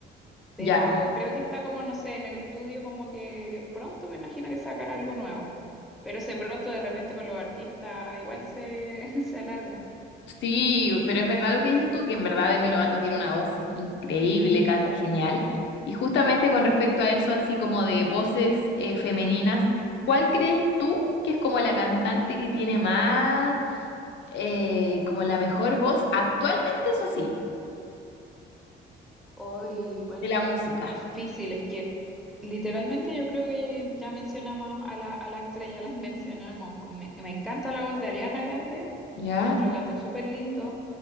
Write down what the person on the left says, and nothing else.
Ya.
Sí, pero es verdad lo que dices tú, que en verdad Demi Lovato tiene una voz increíble, canta genial. Y justamente con respecto a eso, así como de voces eh, femeninas, ¿cuál crees tú que es como la cantante que tiene más, eh, como la mejor voz actualmente, eso sí,
de la música?
¿Ya?